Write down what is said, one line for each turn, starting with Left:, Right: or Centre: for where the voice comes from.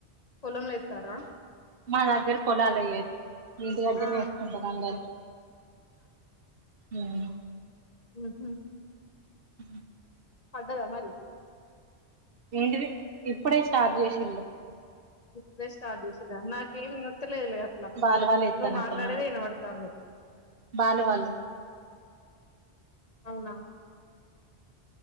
Left: పొలంలు ఎతారా
Right: మా దగ్గర పొలాల లేయర్ ఇంటి వద్దే
Left: ఆ
Right: నేసుకుంటారు అందరూ ఉమ్
Left: ఉహుమ్
Right: అ
Left: పడ్డదా మరి
Right: వంటి ఇప్పుడే చార్జ్ చేసిడు
Left: ఇప్పుడే స్టార్ట్ చేసేదా నాకేమి విత్తలేదు అట్లా
Right: బాలు వాళ్ళు ఎత్తనట్టున్నారు
Left: నువ్వు మాట్లాడేది వినబడతా అంది
Right: బాలు వాళ్ళు
Left: అవునా